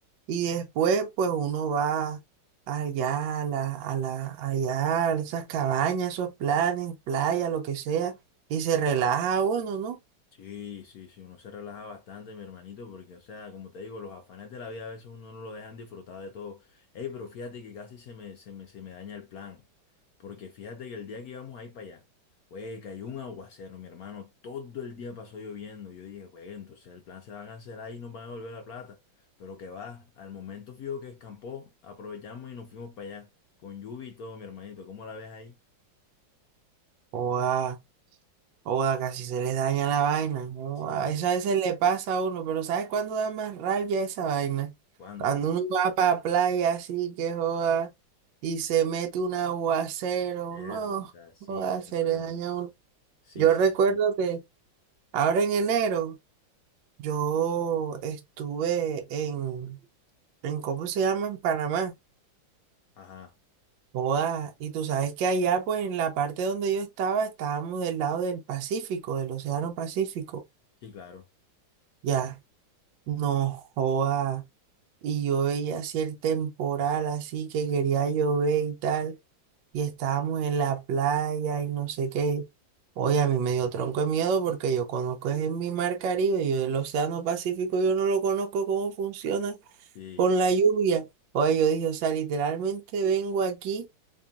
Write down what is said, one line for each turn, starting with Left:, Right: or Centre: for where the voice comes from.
Right: y después, pues uno va allá, a la, a la, allá, a esas cabañas, esos planes, playa, lo que sea, y se relaja uno, ¿no?
Left: Sí, sí, sí, uno se relaja bastante, mi hermanito, porque, o sea, como te digo, los afanes de la vida a veces uno no lo dejan disfrutar de todo. Ey, pero fíjate que casi se me, se me, se me daña el plan, porque fíjate que el día que íbamos a ir para allá, güey, cayó un aguacero, mi hermano, todo el día pasó lloviendo. Yo dije, güey, entonces el plan se va a cancelar y nos van a devolver la plata. Pero que va, al momento fijo que escampó, aprovechamos y nos fuimos para allá, con lluvia y todo, mi hermanito, ¿cómo la ves ahí?
Right: Joda. Oda, casi se le daña la vaina. ¿no?
Left: Sí,
Right: A eso a veces le pasa a uno, pero ¿sabes cuándo da más rabia esa vaina?
Left: ¿cuándo,
Right: Cuando
Left: cuándo?
Right: uno va para playa así que joda y se mete un aguacero,
Left: Verdad,
Right: no,
Left: sí,
Right: joda,
Left: mi hermano.
Right: se le daña a uno.
Left: Sí,
Right: Yo
Left: sí,
Right: recuerdo
Left: sí.
Right: que ahora en enero yo estuve en, en ¿cómo se llama? En Panamá.
Left: Ajá,
Right: Joda, y tú sabes que allá, pues en la parte donde yo estaba, estábamos del lado del Pacífico, del Océano Pacífico.
Left: sí, claro.
Right: Ya. No joda. Y yo veía así el temporal, así que quería llover y tal. Y estábamos en la playa y no sé qué. Oye, a mí me dio tronco de miedo porque yo conozco es en mi mar Caribe, yo el Océano Pacífico, yo no lo conozco cómo funciona
Left: Sí,
Right: con la lluvia. Oye, yo dije, o sea, literalmente vengo aquí,